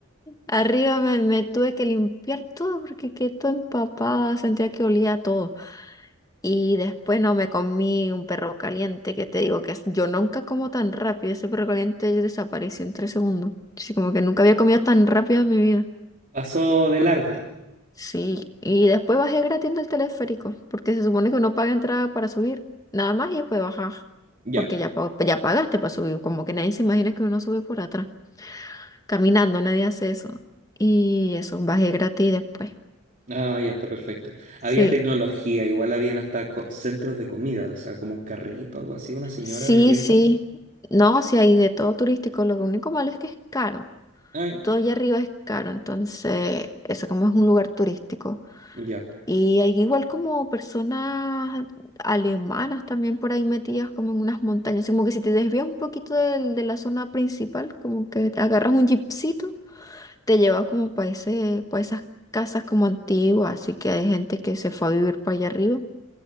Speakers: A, on the left; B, on the right.
A: Arriba me, me tuve que limpiar todo porque quedé todo empapada, sentía que olía a todo. Y después no me comí un perro caliente, que te digo que es- yo nunca como tan rápido, ese perro caliente desapareció en tres segundos. Así como que nunca había comido tan rápido en mi vida.
B: Pasó de largo.
A: Sí, y después bajé gratis del teleférico, porque se supone que uno paga entrada para subir, nada más y después bajas,
B: Ya.
A: porque ya, pa- ya pagaste para subir, como que nadie se imagina que uno sube por atrás, caminando, nadie hace eso. Y eso, bajé gratis después.
B: Ah, ya está perfecto. Había
A: Sí,
B: tecnología, igual habían hasta co- centros de comida, o sea, como un carrito, algo así, una señora
A: sí,
B: vendiendo.
A: sí. No, sí hay de todo turístico, lo único malo es que es caro,
B: Ah, ya.
A: todo allá arriba es caro, entonces eso como es un lugar turístico.
B: Ya,
A: Y hay igual como personas alemanas también por ahí metidas como en unas montañas. Como que si te desvías un poquito del- de, la zona principal, como que te agarras un jeepcito, te lleva como para ese, para esas casas como antiguas. Así que hay gente que se fue a vivir para allá arriba.